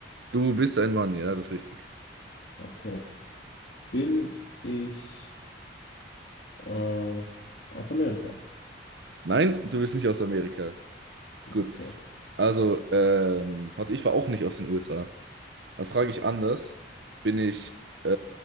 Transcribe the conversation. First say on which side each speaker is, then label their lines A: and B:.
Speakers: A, on the right; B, on the left.
A: Du bist ein Mann, ja, das ist richtig.
B: Okay. Bin ich äh, aus Amerika?
A: Nein, du bist nicht aus Amerika. Gut.
B: Okay.
A: Also, ähm, warte, ich war auch nicht aus den USA. Dann frage ich anders. Bin ich äh,